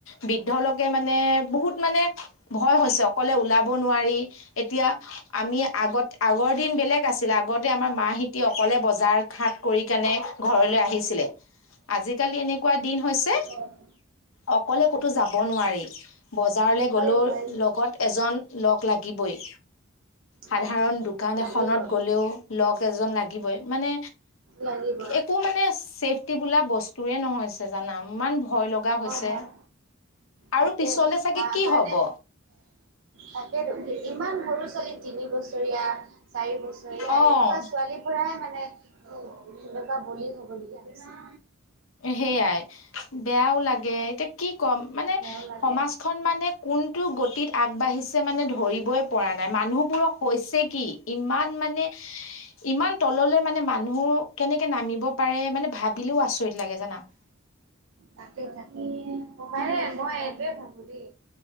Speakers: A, on the left; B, on the right.
A: বৃদ্ধ লকে মানে বহুত- মানে ভয় হৈছে অকলে ওলাব নোৱাৰি, এতিয়া আমি আগত- আগৰ দিন বেলেগ আছিলে, আগতে আমাৰ মাহেঁতি অকলে বজাৰ খাট কৰি- কেণে ঘৰলৈ আহিছিলে। আজিকালি এনেকুৱা দিন হৈছে,
B: অ'।
A: অকলে ক'তো যাব নোৱাৰি। বজাৰলে
B: নোৱাৰি
A: গলো
B: নোৱাৰি
A: লগত এজন লগ লাগিবই। সাধাৰণ
B: হয় হয়
A: দোকান
B: লাগিব।
A: এখনত গলেও লগ এজন লাগিবই মানে,
B: লাগিব
A: একো মানে চেফ টি বোলা বস্তুে নহয়ছে জানা ইমান ভয় ল গা
B: হয়
A: হৈছে
B: হয় তাকে
A: আৰু পিছলে চাগে
B: আহ
A: কি
B: মানে
A: হব।
B: তাকেতো ইমান সৰু ছোৱালী তিনি বছ ছৰীয়া চাৰি বছৰীয়া
A: অ'
B: এনেকুৱা ছোৱালী পুৰাই মানে সেনেকুৱা বলি হবলগীয়া হৈছে।
A: সেয়াই বেয়ায়ো লাগে, এতিয়া কি ক'ম মানে
B: বেয়াও লাগে
A: সমাজখন মানে কোনটো গতিত আগবাঢ়িছে মানে ধৰিবই পৰা নাই মানুহবোৰক হৈছে কি? ইমান মানে ইমান তললৈ মানে মানুহ কেনেকে নামিব পাৰে, মানে ভাবিলেও আচৰিত লাগে জানা।
B: তাকে তাকে কমাইে মই এইটোৱে ভাবো দেই।